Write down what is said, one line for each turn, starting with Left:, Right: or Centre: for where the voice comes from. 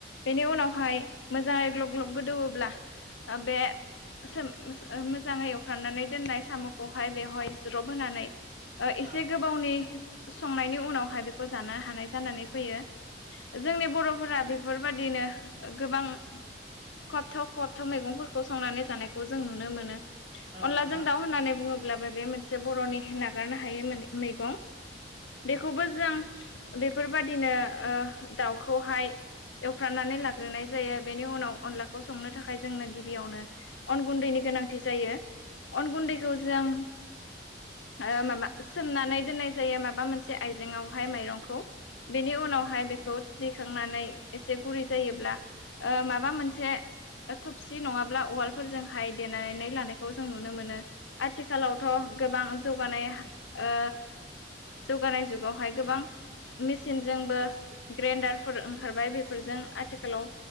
Left: बेनि उनावहाय मोजाङै ग्लब ग्लब गोदौवोब्ला ओ बे सेम ओ मोजाङै एवफ्रामनानै दोननाय साम'खौहाय बेवहाय ज्रब होनानै ओ
Right: औ
Left: एसे गोबावनि संनायनि उनावहाय बेखौ जानो हानाय जानानै फैयो। जोंनि बर'फोरा बेफोरबादिनो ओ गोबां खहाबथाव खहाबथाव मैगंफोरखौ संनानै जानाय खौ जों नुनो मोनो
Right: औ
Left: अनला
Right: नोंथां
Left: जों दाउ होननानै बुङोब्लाबो बे
Right: औ
Left: मोनसे बर'नि होनना हागारनो हायो मैगं बेखौबो
Right: औ
Left: जों बेफोरबायादिनो ओ दाउखौहाय एवफ्रामनानै लाग्रोनाय जायो बेनि उनाव अनलाखौ संनो थाखाय जोंनो गिबियावनो अन गुन्दैनि गोनांथि जायो अन गुन्दैखौ जों ओ माबा सोमनानै दोननाय जायो माबा मोनसे आयजें आवहाय माइरंखौ बेनि उनावहाय बेखौ दैखांनानै एसे गुरै जायोब्ला ओ माबा मोनसे थबसि नङाब्ला उवाल फोरजोंहाय देनानै लानायखौ जों नुनो मोनो आथिखालावथ' गोबां जौगानाय
Right: नंगौ
Left: ओ जौगानाय जुगावहाय गोबां मेसिनजोंबो ग्रेन्डारफोर ओंखारबाय बेफोरजों आथिखालाव